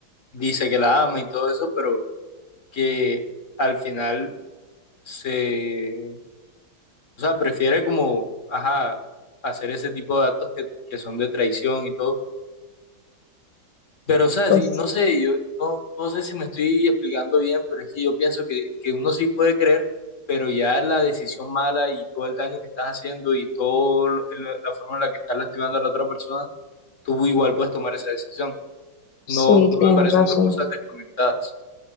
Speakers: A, on the left; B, on the left.
A: dice que la ama y todo eso, pero que al final se O sea, prefiere como, ajá, hacer ese tipo de actos que, que son de traición y todo. Pero, o sea,
B: Pues
A: sí, no sé, yo no, no sé si me estoy explicando bien, pero es que yo pienso que, que uno sí puede creer, pero ya la decisión mala y todo el daño que estás haciendo y toda la forma en la que estás lastimando a la otra persona, tú igual puedes tomar esa decisión.
B: sí,
A: No, no me
B: tienes
A: parecen
B: razón.
A: dos cosas desconectadas.